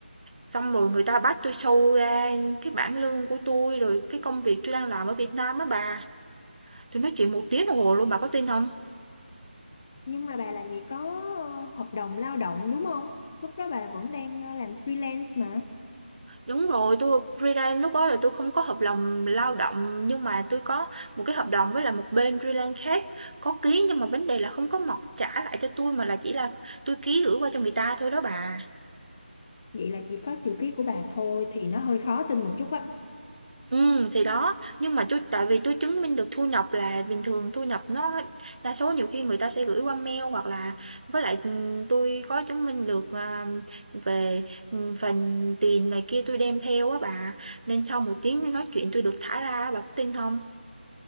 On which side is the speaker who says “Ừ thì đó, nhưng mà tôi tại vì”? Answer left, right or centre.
Right